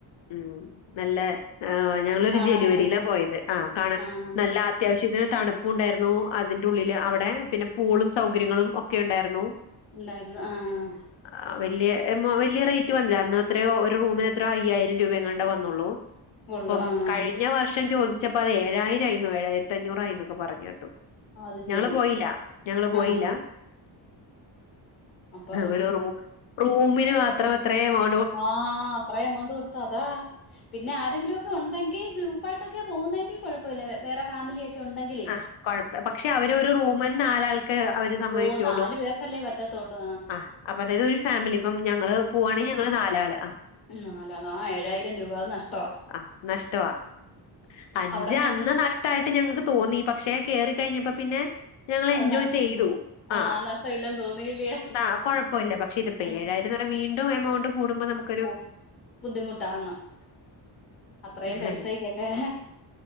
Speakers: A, on the left; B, on the left.
A: ഉം നല്ല ആ ഞങ്ങളൊരു
B: കാണാനൊക്കെ
A: ജനുവരിയിലാ പോയത് ആ കാണാ
B: ആഹ് ആഹ്
A: നല്ല അത്യാവശ്യത്തിന് തണുപ്പും ഉണ്ടായിരുന്നു അതിന്റെ ഉള്ളില് അവിടെ പിന്നെ പൂളും സൗകര്യങ്ങളും ഒക്കെ ഉണ്ടായിരുന്നു.
B: ഉണ്ടായിരുന്നു ആഹ.
A: ആ വലിയ വലിയ റേറ്റ് വന്നില്ല എന്നാ അത്രയോ ഒരു റൂമിന് എത്രയോ അയ്യായിരം രൂപയങ്ങണ്ട വന്നുള്ളൂ.
B: ഉള്ളു
A: ഇപ്പം
B: ആഹ്
A: കഴിഞ്ഞ വർഷം ചോദിച്ചപ്പോ അത് ഏഴായിരംയിരുന്നു ഏഴായിരത്തി അഞ്ഞൂറായിന്നൊക്കെ പറഞ്ഞു കേട്ടു
B: അത്
A: ഞങ്ങള്
B: ശരി
A: പോയില്ല ഞങ്ങള് പോയില്ല.
B: ആഹ് അപ്പം
A: ഒരു റൂ റൂമിന് മാത്രംത്ര എമൗ
B: ആഹ അത്രയും എമൗണ്ട് കൊടുത്ത അതാ പിന്നെ ആരെങ്കില ഒക്കെ ഉണ്ടാങ്കിൽ ഗ്രൂപ്പായിട്ടൊക്കെ പോകുന്നെങ്കിൽ കുഴപ്പമില്ല വേറെ ഫാമിലി ക്കെ ഉണ്ടെങ്കില്
A: ആ കുഴപ്പം പക്ഷെ അവര് ഒരു റൂമിൽ നാലാൾക്ക് അവര് സമ്മവിക്കുള്ളൂ.
B: ഓ നാലു പേർക്കല്ലേ പറ്റത്തുള്ളൂ
A: ആഹ് അപ്പൊ അതായത് ഒരു ഫാമിലി ഇപ്പം ഞങ്ങള് പോവാണെങ്കി ഞങ്ങള് നാലാള് ആഹ്.
B: നാലാള ആ ഏഴായിരം രൂപ നഷ്ടവാ.
A: ആഹ് നഷ്ടവാ അഞ്ച്
B: അവിടെങ്ങാണ്
A: അന്ന് നഷ് ‌ട്ടായിട്ട് ഞങ്ങൾക്ക് തോന്നി പക്ഷേ കേയറിക്കഴിഞ്ഞപ്പ പിന്നെ ഞങ്ങല്
B: അത്
A: എൻജോയ്
B: നഷ്
A: ചെയ്തു
B: ആഹ്
A: ആഹ
B: നഷ്ടമില്ലെന്ന് തോന്നിയില്ലയോ
A: ന്താ. കുഴപ്പല്ല പക്ഷെ ഇതിപ്പോ
B: ആ
A: ഏഴായിരം പറയുമ്പോ വീണ്ടും എമൗണ്ട് കൂടുമ്പോ നമുക്ക.
B: ഓ ബുദ്ധിമുട്ടാന്ന് അത്രയും
A: ആ
B: പൈസക്കൊക്കെ